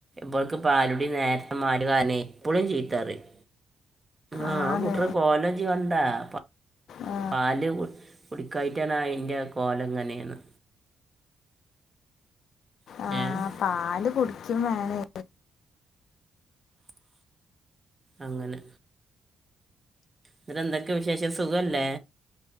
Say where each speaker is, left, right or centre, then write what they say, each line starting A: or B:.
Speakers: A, on the right; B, on the left.
A: ബൾക്ക് പാലുടി നേര്ത്തെ മാറ്റ് കാര്ണെ എപ്പളും ചീത്തറിയും. ആ
B: ആന്ന്
A: കുട്ട്ടെ കോലൻ ഇജ് കണ്ടാ പാ
B: ആ,
A: പാല് കുട് കുടി ക്കായ്ട്ടാണ് അയ്ന്റെ കോലെങ്ങനെന്ന്. എസ്
B: ആ പാല് കുടിക്കും വേണേ.
A: അങ്ങനെ. നട്ട് എന്തൊക്കെ വിശേഷം സുഖല്ലേ